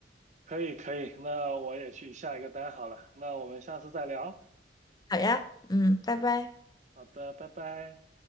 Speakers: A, on the right; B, on the left.
A: 可以可以，那我也去下一个单好了，那我们下次再聊。
B: 好呀，嗯，拜拜。
A: 好的，拜拜。